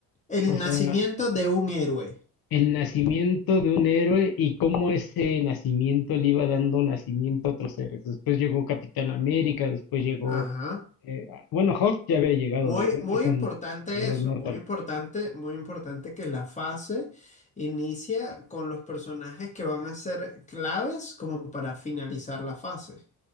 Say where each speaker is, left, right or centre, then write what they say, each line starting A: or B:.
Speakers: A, on the left; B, on the left.
A: El
B: O
A: nacimiento
B: sea,
A: de un héroe.
B: el nacimiento de un héroe y cómo ese nacimiento le iba dando nacimiento a otros héroes. Después llegó Capitán América, después llegó,
A: Ajá.
B: eh, bueno, Hulk ya había llegado
A: Muy,
B: desde antes
A: muy
B: con
A: importante
B: Edward
A: eso,
B: Norton.
A: muy importante, muy importante que la fase inicia con los personajes que van a ser claves como para finalizar la fase.